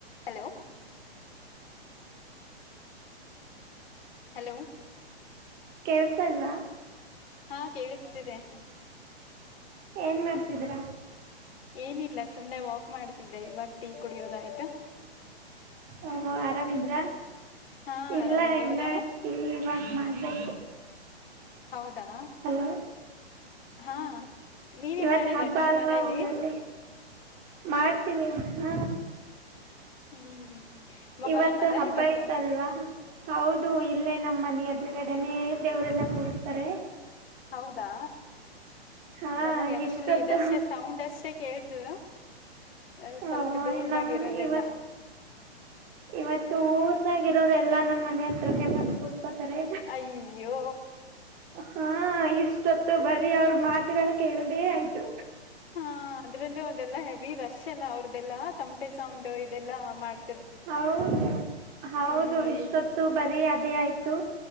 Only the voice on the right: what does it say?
ಕೆಳಸ್ತಾಇಲ್ವಾ?
ಏನ್ ಮಾಡ್ತಿದೀರಾ?
ಓಹೋ ಆರಾಮಿದ್ರ
ಇಲ್ಲ
ಇನ್ನ
ಟಿ ವಾಕ್ ಮಾಡ್ಬೇಕು.
ಹಲೋ
ಇವತ್
ಹಬ್ಬ
ಅಲ್ವಾ
ಊರಲ್ಲಿ ಮಾಡ್ತೀವಿ ಹ್ಮ.
ಇವತ್ತು
ಹಬ್ಬ
ಇತ್ತ ಅಲ್ವಾ? ಹೌದು ಇಲ್ಲೇ ನಮ್ಮ ಮನೆ ಎದುರುಗಡೆನೆೇ ದೇವರೆಲ್ಲಾ ಕೂಡಸ್ತಾರೆ.
ಹಾ
ಎಷ್ಟೊತ್ತು
ಓಹೋ,
ನಮ್
ಇವತ್ ಇವತ್ತು ಊರದಾಗಿರೋರೆಲ್ಲ ನಮ್ಮ ಮನೆ ಹತ್ರನೇ ಬಂತು ಕೂ ಕೂತ್ಕೋತಾರೆ.
ಹಾ ಇಷ್ಟೊತ್ತು ಬರೀ ಅವ್ರ ಮಾತುಗಳು ಕೇಳೋದೇ ಆಯ್ತು.
ಹೌದ ಹೌದು
ಇಷ್ಟೊತ್ತು ಬರಿ ಅದೇ ಆಯ್ತು.